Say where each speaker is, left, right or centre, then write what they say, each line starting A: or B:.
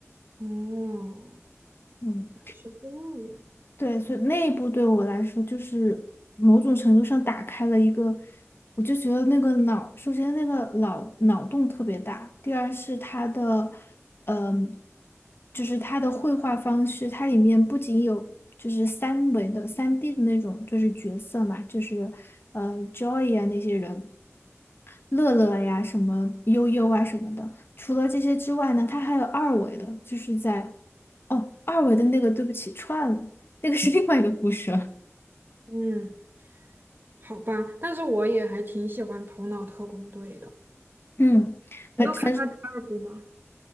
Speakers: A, on the right (about 40°); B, on the left (about 50°).
A: 哦，
B: 嗯。
A: 是这样。
B: 对，所以那一步对我来说，就是某种程度上打开了一个，我就觉得那个脑，首先那个脑脑洞特别大，第二是它的，嗯、就是它的绘画方式，它里面不仅有就是三维的、三 D 的那种，就是角色嘛，就是呃 Joy 啊那些人，乐乐呀、什么悠悠啊什么的。除了这些之外呢，它还有二维的，就是在哦，二维的那个，对不起，串了，那个是另外一个故事了。
A: 嗯，好吧，但是我也还挺喜欢《头脑特工队》的。
B: <laughs> 嗯，反反正
A: 你有看他第二部吗？